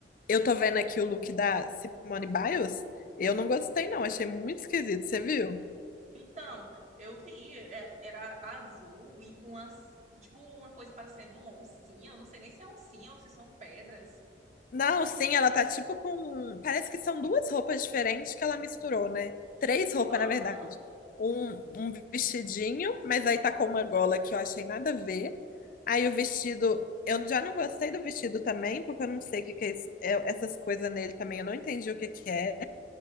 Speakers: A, on the left (about 50°); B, on the right (about 40°).
A: eu tô vendo aqui o look da Simone Biles, eu não gostei não, achei muito esquisito, você viu?
B: Então, eu vi, é, era azul e com as, com, tipo uma coisa parecendo oncinha. Eu não sei nem se é oncinha ou se são pedras.
A: Não, sim, ela tá tipo com. Parece que são duas roupas diferentes que ela misturou, né? Três roupas,
B: Aham.
A: na verdade. Um, um vestidinho, mas aí tá com uma gola que eu achei nada a ver. Aí o vestido. Eu já não gostei do vestido também, porque eu não sei o que que é isso. é- essas coisas nele também, eu não entendi o que que é.